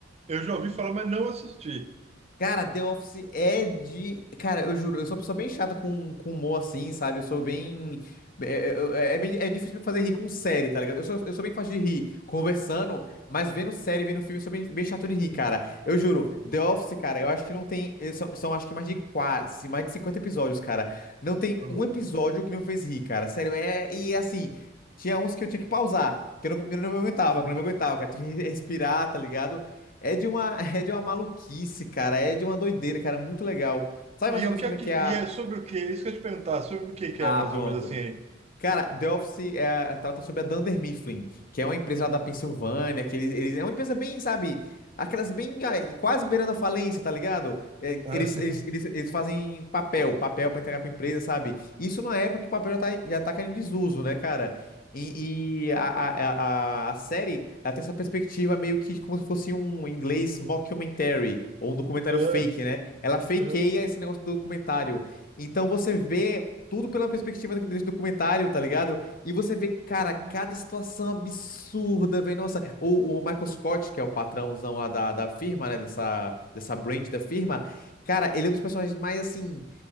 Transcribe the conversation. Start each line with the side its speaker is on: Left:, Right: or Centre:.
Right: Eu já ouvi falar, mas não assisti.
Left: Cara, The Office é de. Cara, eu juro, eu sou uma pessoa bem chata com, com humor assim, sabe? Eu sou bem. É, é, é, é bem- é difícil me fazer rir com série, tá ligado? Eu sou, eu sou bem fácil de rir conversando, mas vendo série, vendo filme, eu sou bem, bem chato de rir, cara. Eu juro, The Office, cara, eu acho que não tem. eh, São, são acho que mais de quase, mais de 50 episódios, cara. Não tem
Right: Falou.
Left: um episódio que não me fez rir, cara. Sério, é. E assim, tinha uns que eu tinha que pausar, que eu não, eu não me aguentava, que eu não me aguentava, cara. Tinha que respirar, tá ligado? É de uma, <laughs> é de uma maluquice, cara. É de uma doideira, cara. Muito legal. Sabe mais
Right: E,
Left: ou
Right: o
Left: menos
Right: que
Left: como
Right: é
Left: é
Right: que,
Left: que
Right: e
Left: é a.
Right: é sobre o quê? É Isso que eu ia te perguntar, sobre o que que
Left: Ah,
Right: é, mais
Left: pronto.
Right: ou menos, assim, hein?
Left: Cara, The Office é, trata sobre a Dunder Mifflin, que é uma empresa lá da Pensilvânia, que eles, eles- é uma empresa bem, sabe, aquelas bem, ai, quase beirando a falência, tá ligado? É,
Right: <laughs>
Left: eles, eles, eles, eles fazem papel, papel pra entregar pra empresa, sabe? Isso numa época que o papel já tá, já tá caindo em desuso, né, cara? E, e a, a, a, a série, ela tem essa perspectiva meio que como se fosse um inglês mockumentary, ou um documentário
Right: Ah,
Left: fake, né? Ela fakeia
Right: ah,
Left: esse negócio do documentário. Então você vê tudo pela perspectiva daquele- desse documentário, tá ligado? E você vê, cara,
Right: ah,
Left: cada situação absurda, velho. Nossa, o, o Michael Scott, que é o patrãozão lá da, da firma, né? Dessa, dessa branch da firma, cara, ele é um dos personagens mais, assim